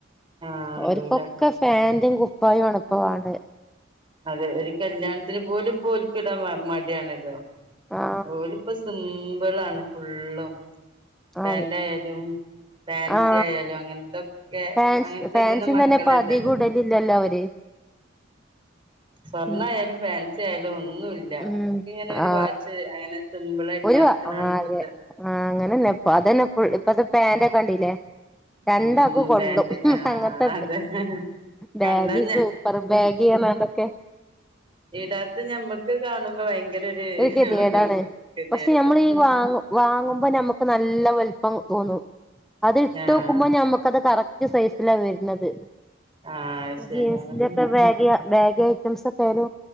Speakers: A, on the right; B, in the centre.
A: ആഹ്
B: അവർക്കൊക്കെ
A: ഇടൂല
B: ഫാൻറും കുപ്പായും അണപ്പ വണ്ട്
A: അതെ ഒരു കല്യാണത്തിന് പോലും പോൽക്കിടാൻ മടിയാണല്ലോ
B: ആ
A: ഓലപ്പൊ സിമ്പിളാണ് ഫുുള്ളും പാൻറ
B: അ
A: ആയാലും ഫാൻസി
B: ആ
A: ആയാലും അങ്ങനെ ഇതൊക്കെ
B: ഫാൻസ്
A: അങ്ങനത്തെ
B: ഫാൻസി
A: ഇടുന്ന മക്കളല്ലേല്ലല്ല
B: തന്നെ ഇപ്പ അധികം ഇടലില്ലല്ലോ അവര്
A: സ്വർണ
B: ഉം
A: ആയാലും ഫാൻസി ആയാലും ഒന്നുമല്ല
B: ഉം
A: ഇങ്ങനെ ഒരു
B: ആ
A: വാച്ച് അങ്ങനെ സിമ്പിൾ ആയിട്ട്
B: ഒരു
A: നടക്കണാണ്
B: ആ
A: ഇപ്പത്തെ
B: അതെ ആ അങ്ങനെന്നെപ്പ അതന്നെ ഇപ്പ പാൻറ് ഒക്കെ കണ്ടില്ലേ രണ്ടാക്ക
A: ഉം
B: കൊള്ളും
A: പാന്റ് ആഹ്
B: അങ്ങനത്തെ
A: അതെ കണ്ടാ
B: ബാഗി
A: ഞ
B: സൂപ്പർ ബാഗി തൊക്കെ
A: ഇടാത്ത് ഞമ്മക്ക് കാണുമ്പോ ഭയങ്കര
B: ഒരു കെതിയേടാണ്
A: ബുദ്ധിമുട്ട് ഗതികേടാണ്
B: പക്ഷെ നമ്മൾീഈ വാങ്ങ വാങ്ങുമ്പോ നമുക്ക് നല്ല വലപ്പം തോന്നും അത് ഇട്ട്
A: ആഹ്
B: നോക്കുമ്പോ ഞമ്മുക്കത് കറക്റ്റ് സൈസിലാണ് വരുന്നത്
A: ആഹ് ശരിയാണ്
B: ജീൻസിന്റെറെ ഒക്കെ ബാഗ ബാഗ് ഐറ്റംസ് ഒക്കെന